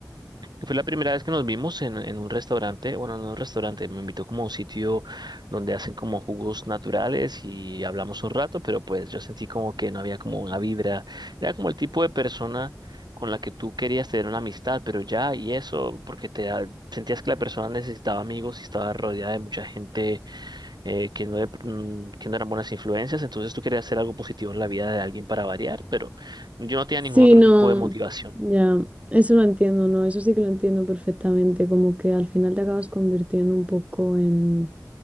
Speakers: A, on the right; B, on the right.
A: Y Fue la primera vez que nos vimos en, en un restaurante, bueno, no un restaurante, me invitó como a un sitio donde hacen como jugos naturales y hablamos un rato, pero pues yo sentí como que no había como una vibra, era como el tipo de persona con la que tú querías tener una amistad, pero ya, y eso porque te da- sentías que la persona necesitaba amigos y estaba rodeada de mucha gente eh, que no, de- mm, que no eran buenas influencias, entonces tú querías hacer algo positivo en la vida de alguien para variar, pero yo no tenía
B: Sí,
A: ningún otro
B: no,
A: tipo de motivación.
B: ya, eso lo entiendo, ¿no? Eso sí que lo entiendo perfectamente, como que al final te acabas convirtiendo un poco en,